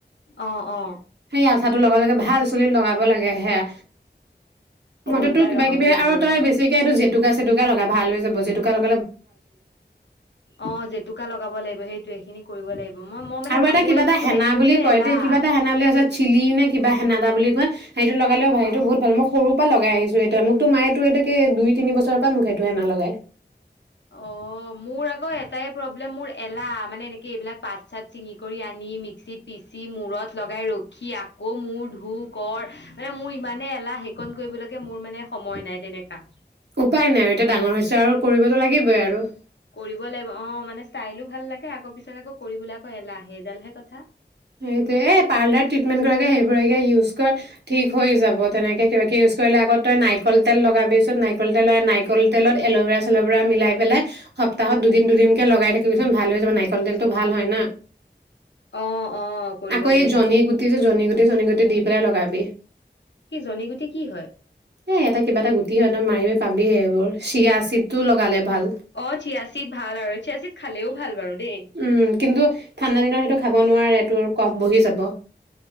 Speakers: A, on the left; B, on the right.
A: অ-অ।
B: সেই আঠাটো লগাব লাগে ভাল চুলিত লগাব লাগে সেয়া
A: অ
B: মই ত
A: এইবাৰ
B: তোৰ কিবা
A: লগাব
B: কিবি
A: লাগিব
B: আৰু
A: ৰ
B: তই বেছিকে এইটো জ তুকা ছেটুকা লগা ভাল হয় যাব, জেতোকা লগ
A: অ', জেতুকা লগাব লাগিব, সেইটোয়ে। এইখিনি কৰিব লাগিব। মই মই মানে
B: আৰু
A: ভাবোৱে
B: এটা কিবা এটা
A: মোৰ
B: হেনা
A: মানে মোৰ
B: বুলি
A: যে
B: কয়
A: এলাহ
B: দে, কিবা এটা হেনা বুলি আছে, চিলি নে কিবা হেনা। বা বুলি কয় সেইটো লগালে ভাল, এইটো
A: অ
B: বহুত ভাল মই সৰুৰ পৰা লগাই আহিছো সেইটো, মোকতো মায়ে টো এইটাকে দুই তিনি বছৰৰ পৰা মোক সেইটো হেনা লগাই।
A: অ' মোৰ আকৌ এট এটাই প্ৰব্লেম মোৰ এলাহ, মানে এনে কে এইবিলাক পাত-চাত চিঙি কৰি আ নি মিক্সিত পিচি, মূৰত লগাই ৰখি, আকৌ মূৰ ধো কৰ আহ মানে মোৰ ইমানে এলাহ সেইকণ কৰিবলৈকে মোৰ মানে সময় নাই তেনেকা।
B: উপায় নাই আৰু এতিয়া ডাঙৰ হৈছে আৰু কৰিবতো লাগিবই আৰু
A: কৰিব লাগিব অ' মানে ষ্টাইলো ভাল লাগে, আকৌ পিছত আকৌ কৰিবলৈ আকৌ এলাহ, সেইডালহে কথা।
B: সেইটোৱে পাৰ্লাৰ ট্ৰিটমেন্ট কৰাতকে সেইবোৰ কে ইউজ কৰ ঠিক হৈ যাব, তেনেকে কিবা কি ইউজ কৰিলে, আকৌ তই নাৰিকল তেল লগাবিচোন, নাৰিকল তেল নাৰিকল তেলত এল'ভেৰা চেল'ভেৰা মিলাই পেলাই। সপ্তাহত দুদিন দুদিন কে লগাই থাকিবচোন ভালে হৈ যাব নাৰিকল তেলটো ভাল হয় না
A: অ'! অ'! কৰিব
B: আকৌ
A: লাগিব
B: এই, যোনি গুটিতো, যোনি গুটি, চনি গুটি তে দিপেলাই লগাবি।
A: কি যোনি গুটি কি হয়?
B: এ এটা কিবা এটা গুটি হয়। <unintelligible> মাৰিলে পাবি এইবোৰ? চিয়া চিতটো লগালে ভাল
A: অ চিয়াচিত ভাল আৰু চিয়াচিত খালেও ভাল বাৰু দেই।
B: উম। কিন্তু ঠাণ্ডা দিনত সেইটো খাব নোৱাৰে তোৰ কফ বহি যাব।